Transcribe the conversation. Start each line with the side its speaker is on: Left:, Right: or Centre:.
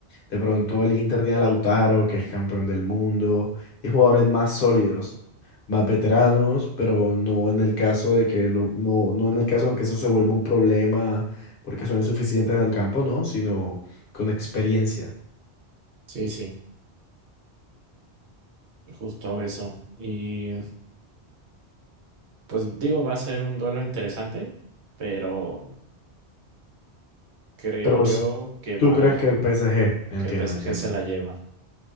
Left: De pronto el Inter tiene a Lautaro, que es campeón del mundo, y jugadores más sólidos, más veteranos, pero no en el caso de que lo, no, no en el caso de que eso se vuelva un problema porque son insuficientes en el campo, no, sino con experiencia.
Right: sí, sí, justo eso. Y pues digo, va a ser un duelo interesante, pero creo
Left: Pero pues,
Right: yo que
Left: ¿tú
Right: va,
Left: crees que el PSG? Entiendo,
Right: que el PSG
Left: entiendo.
Right: se la lleva,